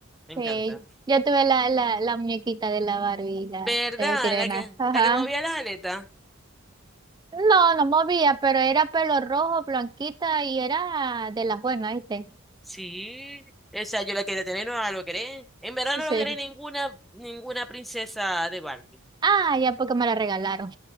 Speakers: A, in the centre; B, on the right.
A: me encanta.
B: Sí, yo tuve la, la, la muñequita de la Barbie, la,
A: ¿Verdad?
B: de sirena.
A: La que,
B: Ajá.
A: la que movía las aletas.
B: No, no movía, pero era pelo rojo, blanquita y era de las buenas, ¿viste?
A: Sí, esa yo la quería tener, no la logré. En verdad
B: Sí.
A: no logré ninguna, ninguna princesa de Barbie.
B: Ah, ya porque me la regalaron.